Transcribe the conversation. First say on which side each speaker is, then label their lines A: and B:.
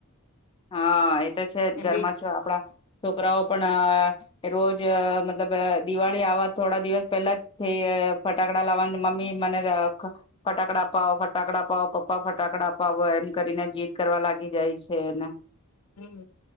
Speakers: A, on the left; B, on the left.
A: હા એ તો છે જ
B: એમ
A: ઘરમાં
B: બીજ
A: છ આપણા છોકરાઓ પણ રોજ મતલબ દિવાળી આવવા થોડા દિવસ પેલા જ થ ફટાકડા લાવવા મમ્મી મને ફટાકડા અપાવો ફટાકડા અપાવો પપ્પા ફટાકડા અપાવો એમ કરીને જીદ કરવા લાગી જાય છે ને
B: હમ